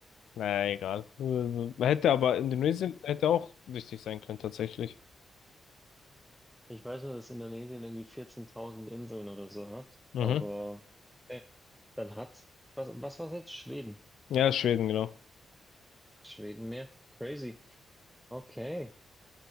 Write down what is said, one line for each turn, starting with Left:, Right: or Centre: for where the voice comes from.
Left: naja, egal. Also, Hätte aber Indonesien hätte auch wichtig sein können, tatsächlich.
Centre: Ich weiß nur, dass Indonesien irgendwie 14.000 Inseln oder so hat,
Left: Mhm.
Centre: aber okay. Dann hat, was, was war es jetzt? Schweden.
Left: Ja, Schweden, genau.
Centre: Schweden mehr. Crazy. Okay.